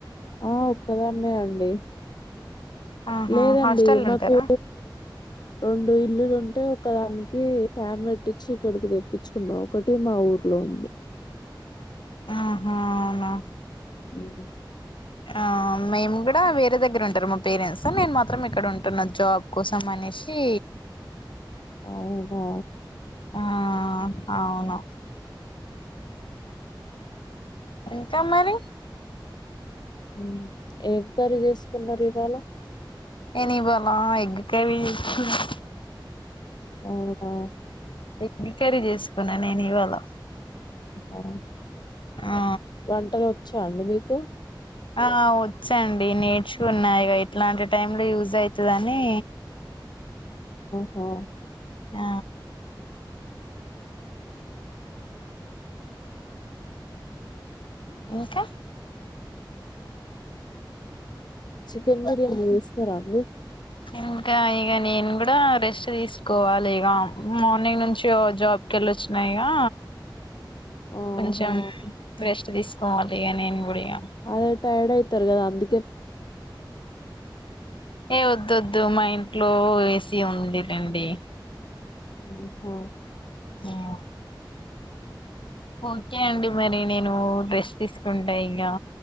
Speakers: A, on the left; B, on the left.
A: ఆ ఒక్కదాన్నే అండి
B: ఆహా
A: లేదండి
B: హాస్టల్
A: మాకు
B: ఉంటారా
A: రెండు ఇల్లులు ఉంటే ఒకదానికి ఫ్యాన్ పెట్టిచ్చి. ఇక్కడికి తెప్పించుకున్నా ఒకటే మా ఊర్లో ఉంది
B: ఆహా అవునా
A: హ్మ్.
B: ఆ మేము కూడా వేరే దగ్గర ఉంటారు మా పేరెంట్స్ నేను మాత్రం ఇక్కడ ఉంటున్నా జాబ్ కోసం అనేసి.
A: అవునా
B: ఆ అవునా ఇంకా మరి
A: హ్మ్ ఏం క్రరీ చేసుకున్నారు ఇవాళ
B: నేను ఇవాల ఎగ్ కర్రీ చేసుకున్నాం
A: అవునా
B: ఎగ్ కర్రీ చేసుకున్నా నేను ఇవాళ
A: ఆహ్
B: ఆ
A: వంటలు వచ్చాండి మీకు కొ
B: ఆ వచ్చండి నేర్చు ఉన్నాయి గా ఇట్లాంటి టైం యుజ్ అయితదని
A: హా
B: ఆ ఇంకా
A: చికెన్ బిర్యానీ జేస్తారా అండి
B: ఇంకా ఇగ నేను గూడా రెస్ట్ దీసుకోవాలి ఇగ మార్నింగ్ నుంచి టియో జాబ్ కెళ్ళొచ్చినా ఇగా
A: ఆహా
B: కొంచెం రెస్ట్ దీసుకోవాలి ఇగ నేను గూడా ఇగ
A: అదే టైడ్ అయితారు గదా అంద
B: ఏ వొద్దోద్దు మా ఇన్ ట్లో ఏసీ ఉందిలెండి
A: హ్మ్ హు
B: హ్మ్ ఓకే అండి మరి నేను డ్రెస్ తీసుకున్ డై గా